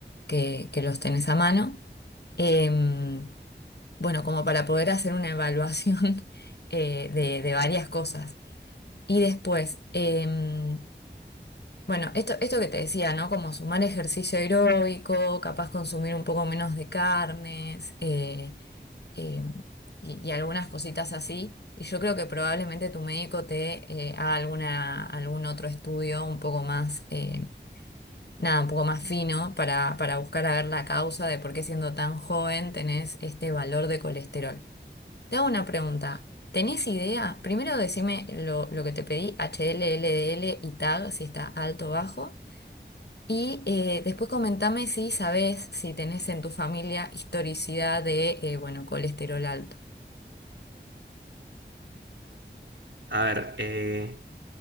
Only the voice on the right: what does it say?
A ver, eh,